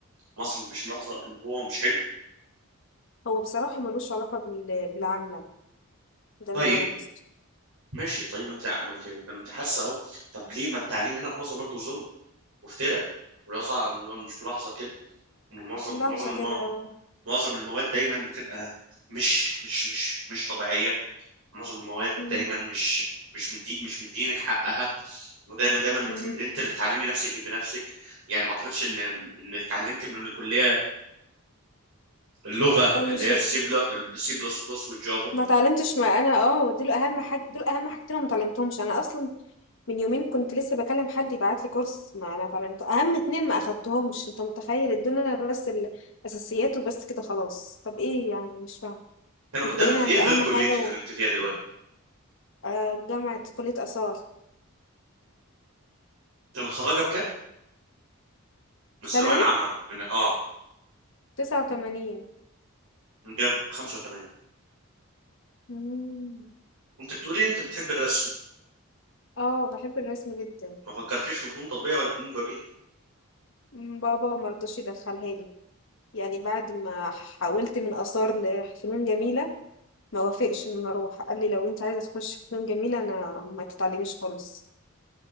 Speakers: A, on the right; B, on the left.
A: مصر مش ملاحظه ان هو مش حلو
B: هو بصراحة ملوش علاقة بال- بالعمل ده
A: طيب
B: اللي انا لاحظته
A: ماشي طيب ما انت ما انت ما انت حاسه اهو طب ليه ما التعليم هنا في مصر برضه ظلم وافتراء ملاحظة- مش ملاحظه كده إن معظم
B: لحظة
A: معظم الم...
B: كده
A: معظم المواد دايما بتبقى مش مش مش مش طبيعيه معظم المواد
B: مم.
A: دايما مش مش مدي مش مدينك حقها ودايما دايما انت
B: مهم.
A: انت اللي بتعلمي نفسك بنفسك يعني ما اعتقدش ان انك اتعلمت من الكليه اللغه
B: اي
A: اللي
B: شيء
A: هي السي بلس السي بلس بلس والجافا
B: ما اتعلمتش ما انا اه دول اهم حاجة دول اهم حاجتين أنا ما اتعلمتهمش انا اصلا من يومين كنت لسه بكلم حد يبعت لي كورس ما ما اتعلمته اهم اتنين ما اخدتهمش انت متخيل الدنيا بس الاساسيات وبس كده خلاص طب ايه يعني مش فاهمه
A: كان قدامك
B: انتوا جايين عند
A: ايه غير
B: اهم
A: كليتك
B: حاجة
A: اللي انت فيها دلوقتي
B: آه، جامعة كلية آثار
A: انت متخرجه بكام؟ من الثانويه
B: ثانوي
A: العامه من اه
B: تسعة وتمانين
A: من جاب 85
B: مم.
A: انت بتقولي انت بتحب الرسم
B: اه بحب الرسم جدا
A: ما فكرتيش في فنون تطبيقيه ولا فنون جميل
B: مم، بابا مرضاش يدخلها لي يعني بعد ما حاولت من آثار لفنون جميلة ما وافقش ان أنا اروح قال لي لو انت عايزة تخش فنون جميلة انا ما تتعلميش خالص